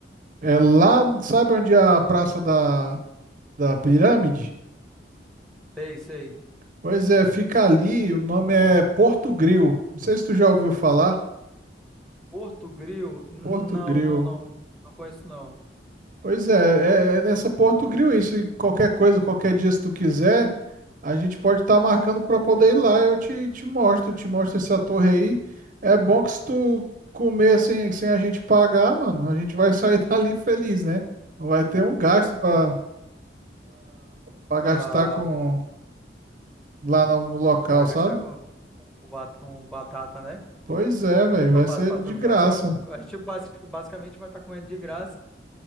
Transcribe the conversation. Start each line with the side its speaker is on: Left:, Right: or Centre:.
Right: É lá, sabe onde é a Praça da, da Pirâmide?
Centre: Sei, sei.
Right: Pois é, fica ali, o nome é Porto Gril. Não sei se tu já ouviu falar.
Centre: Porto Grill? Não,
Right: Porto Grill.
Centre: não, não. Não conheço, não.
Right: Pois é, é, é nessa Porto Grill isso. E qualquer coisa, qualquer dia, se tu quiser, a gente pode estar marcando para poder ir lá. Eu te, te mostro, te mostro essa torre aí. É bom que se tu comer sem, sem a gente pagar, mano, a gente vai sair <laughs> dali feliz, né? Não vai ter um gasto para para gastar
Centre: Ah,
Right: com lá no, no local,
Centre: pra
Right: sabe?
Centre: gastar com, com, com, com bat- com batata, né?
Right: Pois é, velho, vai
Centre: Ou pra,
Right: ser
Centre: pra
Right: de
Centre: tu não
Right: graça.
Centre: gastar com... A gente basic- basicamente vai estar comendo de graça